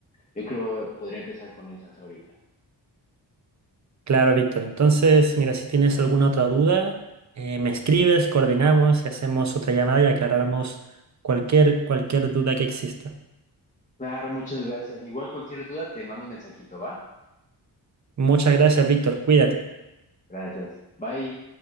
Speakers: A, on the left; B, on the right.
A: Yo creo que podría empezar con esas ahorita.
B: Claro, Víctor. Entonces, mira, si tienes alguna otra duda, eh, me escribes, coordinamos y hacemos otra llamada y aclaramos cualquier, cualquier duda que exista.
A: Claro, muchas gracias. Igual cualquier duda te mando un mensajito, ¿va?
B: Muchas gracias, Víctor. Cuídate.
A: Gracias. Bye.